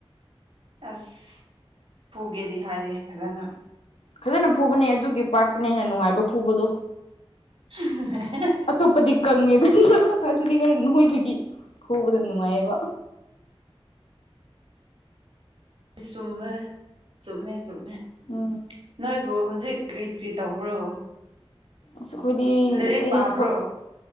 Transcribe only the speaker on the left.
ꯐꯖꯅ ꯐꯨꯕꯅꯦ ꯑꯗꯨꯒꯤ ꯄꯥꯔꯠꯇꯨꯅ ꯍꯦꯟꯅ ꯅꯨꯡꯉꯥꯏꯕ ꯐꯨꯕꯗꯣ
ꯑꯇꯣꯞꯄꯗꯤ ꯀꯪꯉꯦꯗ ꯑꯗꯨꯗꯤ ꯈꯔ ꯅꯣꯏꯕꯒꯤ ꯍꯕꯗ ꯅꯨꯡꯉꯥꯏꯌꯦꯕ
ꯎꯝ
ꯑꯁ ꯑꯩꯈꯣꯏꯗꯤ
ꯑꯩꯗꯤ
ꯊꯕꯛ